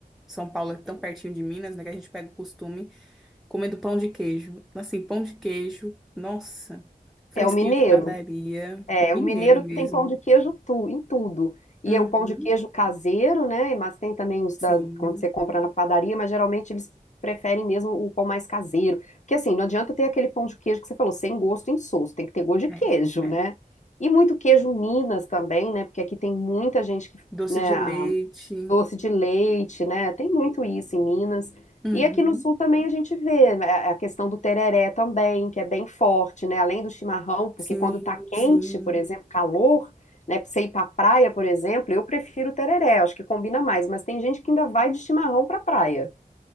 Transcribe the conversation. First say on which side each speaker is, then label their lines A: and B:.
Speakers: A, in the centre; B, on the left.
A: São Paulo é tão pertinho de Minas, né, que a gente pega o costume comendo pão de queijo. Assim, pão de queijo, nossa, fresquinho
B: É o mineiro.
A: de padaria,
B: É,
A: mineiro
B: o mineiro
A: mesmo.
B: tem pão de queijo tu, em tudo. E
A: Uhum,
B: é o pão de queijo caseiro, né? Mas tem também os
A: sim,
B: da, quando você compra na padaria, mas geralmente eles preferem mesmo o pão mais caseiro. Porque assim, não adianta ter aquele pão de queijo que você falou, sem gosto insosso, tem que ter gosto de queijo,
A: é, é.
B: né? E muito queijo Minas também, né? Porque aqui tem muita gente que,
A: Doce
B: né,
A: de leite.
B: Doce de leite, né? Tem muito isso em Minas.
A: Uhum,
B: E aqui no sul também a gente vê né, a questão do tereré também, que é bem forte, né? Além do chimarrão, porque
A: sim,
B: quando tá quente,
A: sim.
B: por exemplo, calor, né? Pra você ir pra praia, por exemplo, eu prefiro o tereré, acho que combina mais. Mas tem gente que ainda vai de chimarrão pra praia,